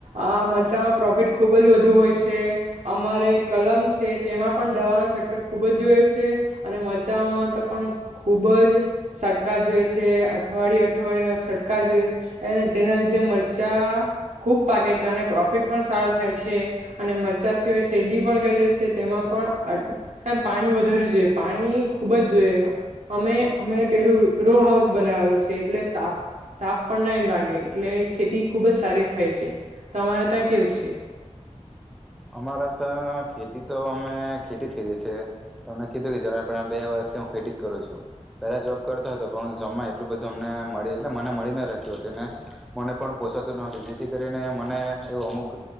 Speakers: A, on the right; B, in the centre.
A: આ મરચામાં પ્રોફિટ ખુબ જ વધુ હોય છે. અમારે કલમ છે તેમાં પણ દવા ના છટકાર ખુબ જ જોવે છે અને મરચા ના મરચાઓમાં તો પણ ખૂબ જ સટકા જોએ છે અઠવાડિયે અઠવાડિય સટકા જોએ અને તેના લીધે મરચાં ખૂબ પાકે છે અને પ્રોફિટ પણ સારો થાય છે અને મરચા સિવાય શેરડી પણ કરી લે છે તેમાં પણ એમ પાણી વધારું જોઈએ પાણી ખુબ જ જો અમે અમે પેલું રો હાઉસ બનાવેલું છે એટલે તાપ તાપ પણ નહી લાગે એટલે ખેતી ખુબ જ સારી થાય છે તમારે ત્યાં કેવું છે.
B: અમારા તા ખેતી તો અમે ખેતી જ કરીએ છીએ તમને કીધું કે જ બે વર્ષથી હું ખેતી જ કરું છું પહેલા જોબ કરતો હતો પરંતુ જમાં એટલું બધું અમને મળી એટલે મને મળી ન રહેતું હતું અને મને પણ પોસાતું ન હતું જેથી કરીને મને એવું અમુક